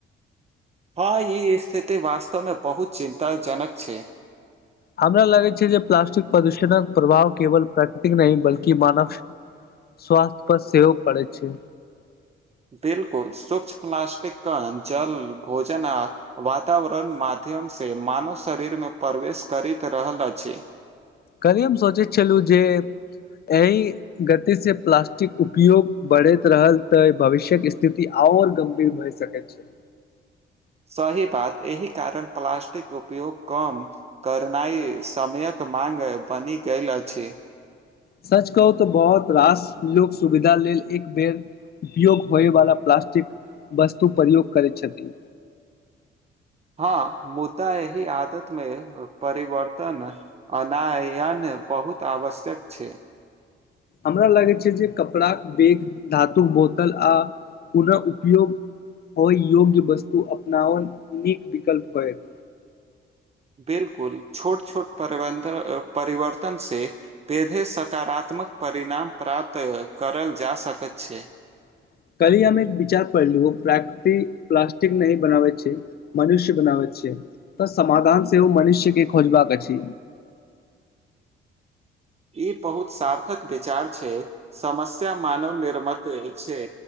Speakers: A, on the right (about 30°); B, on the left (about 50°).
A: हँ ई स्थिति वास्तवमे बहुत चिन्ताजनक छै
B: हमरा लगै छै जे प्लास्टिक प्रदूषणक प्रभाव केवल प्राकृ तिक नहि बल्कि मानव स्वास्थ्य पर सेहो पड़ै छै
A: बिलकुल सूक्ष प्लासस्टिक कन जल भोजन आ वातावरण मा माध्यम से मानव शरीरमे प्रवेश करैत रहल अछि
B: कहली हम सोचै छलहुँ जे एहि गतिसँ प्लास्टिक उपयोग बढ़ैत रहल तऽ भविष्यक स्थिति आब आर गंभीर भइ सके छै
A: सही बात एहि कारण प्लाासस्टिक उपयोग कम करनाइ समयक माँंग बनी गेल अछि
B: सच कहू तऽ बहुत रास लोक सुविधा लेल एक बेर उपयोग होयवाला प्ला स्टिक वस्तु प्रयोग करै छथि
A: हँ मुद्दा एहि ही आदत मे परिवर्तन अनायन बहुत आवश्यक छै
B: हमरा लागै छै जे कपड़ाक बैग धातुक बोतल आ पुनः उपयोग होइ योग्य वस्तु अपनाओल नीक विकल्प होय <inaudible>
A: बिलकुल छोट छोट परिवर्तन से बेेधे सकारात्मक मक परिणाम प्राप्त करल जा सकैत छै
B: <inaudible> कलहि हम एक विचार पढ़लु प्राकृति प्लासटिक नहि बनाबै छै मनुष्य बनावै छै छै तऽ समाधान से ओ मनुष्य के खोजबाक अछि
A: ई बहुत सार्थक विचार छै समस्य मानव निर्मत अछै